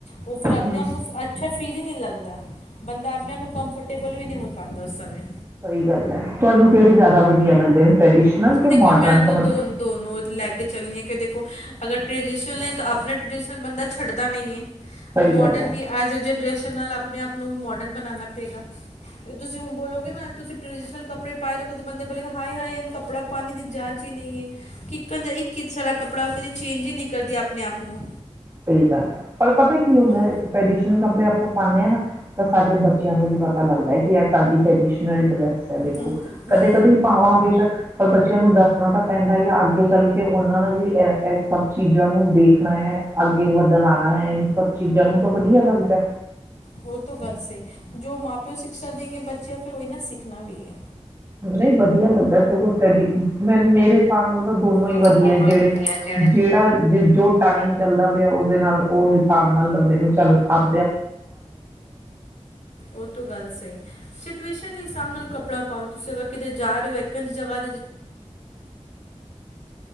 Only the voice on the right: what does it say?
ਹਮ
ਸਹੀ ਗੱਲ ਹੈ ਤੁਹਾਨੂੰ ਕਿਹੜੇ ਜ਼ਿਆਦਾ ਵਧੀਆ ਲੱਗਦੇ ਨੇ ਟ੍ਰਡੀਸ਼ਨਲ ਕਿ
ਮੋਡਰਨ
ਕੱਪੜੇ
ਸਹੀ
ਗੱਲ ਹੈ
ਸਹੀ ਗੱਲ ਆ ਪਰ ਪਤਾ ਕੀ ਹੁੰਦਾ
ਹੈ ਟ੍ਰੈਡੀਸ਼ਨਲ ਕੱਪੜੇ ਆਪਾਂ ਪਾਨੇ ਆਂ ਨਾ ਤਾਂ ਸਾਡੇ ਬੱਚਿਆਂ ਨੂੰ ਵੀ ਪਤਾ ਲੱਗਦਾ ਐ ਕਿ ਇਹ ਸਾਡੀ ਟਰੈਡੀਸ਼ਨਲ ਡਰੈਸ ਦੇਖੋ
ਕਦੇ ਕਦੇ ਪਾਵਾਂ ਬੇਸ਼ੱਕ ਪਰ ਬੱਚਿਆਂ ਨੂੰ ਦੱਸਣਾ ਤਾਂ ਪੈਂਦਾ ਹੀ ਆ ਅੱਗੇ ਚੱਲ ਕੇ ਉਹਨਾਂ ਦਾ ਵੀ ਇਹ ਸਭ ਚੀਜ਼ਾਂ ਨੂੰ ਦੇਖਣਾ ਹੈ ਅੱਗੇ ਵਧਣ ਆਣਾ ਹੈ ਇਹਨ ਸਭ ਚੀਜ਼ਾਂ ਨੂੰ ਤਾਂ ਵਧੀਆ ਲੱਗਦਾ
ਨਈਂ ਵਧੀਆ ਲੱਗਦੈ ਸਗੋਂ ਟਰਡੀਸ਼ਨ, ਮੈਨ ਮੇਰੇ ਹੇਸਾਬ ਨਾਲ ਤਾਂ ਦੋਨੋਂ ਈ
ਵਧੀਆ
ਜੇਹੜੇ
ਜੇਹੜਾ ਜੋ ਟਾਈਮ ਚੱਲਦਾ ਪੇਆ ਓਦੇ ਨਾਲ ਓ ਹਿਸਾਬ ਨਾਲ ਬੰਦੇ ਨੂੰ ਚੱਲ ਆਪ